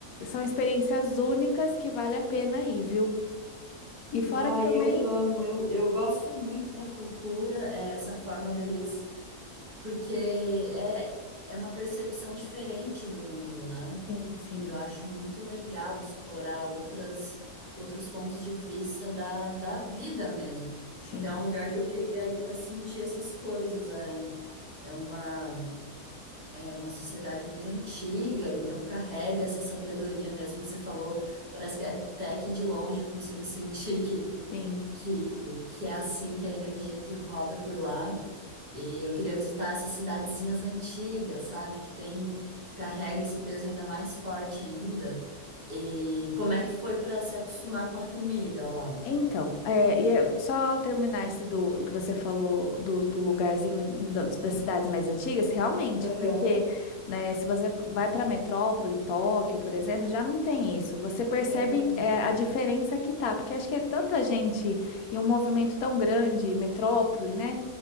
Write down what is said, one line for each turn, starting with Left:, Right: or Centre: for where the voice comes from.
Left: são experiências únicas que vale a pena ir, viu? E fora
Right: Ah,
Left: que também.
Right: eu amo, eu, eu gosto muito da cultura, é, essa forma deles, porque é, é uma percepção diferente do mundo, né?
Left: Sim, sim,
Right: E eu acho muito legal explorar outras, outros pontos de vista da, da vida mesmo.
Left: sim,
Right: Então, é um lugar que eu queria ir para sentir essas coisas. É, é uma, é uma sociedade muito antiga, então carrega essa sabedoria mesmo que você falou. Parece que até que de longe eu consigo <laughs> sentir que,
Left: sim.
Right: que, que é assim que é a energia que roda por lá. E eu queria visitar essas cidadezinhas antigas, sabe? Que tem, que carrega esse peso ainda mais forte ainda. E como é que foi para se acostumar com a comida lá?
Left: Então, é, e é só terminar esse do do que você falou do, do lugarzinho da- das cidades mais antigas, realmente,
Right: Aham,
Left: porque, né, se você vai para metrópole, Tóquio, por exemplo, já não tem isso. Você percebe
Right: aham,
Left: é, a diferença que tá, porque acho que é tanta gente e um movimento tão grande, metrópole, né,